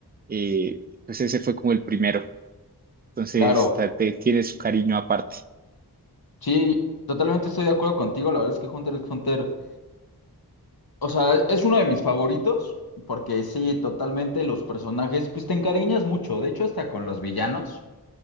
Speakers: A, on the right; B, on the left.
A: eh, pues ese fue como el primero. Entonces
B: claro.
A: ta- te- tiene su cariño aparte.
B: Sí, totalmente estoy de acuerdo contigo. La verdad es que Hunter x Hunter O sea, es uno de mis favoritos, porque sí, totalmente los personajes, pues te encariñas mucho, de hecho hasta con los villanos.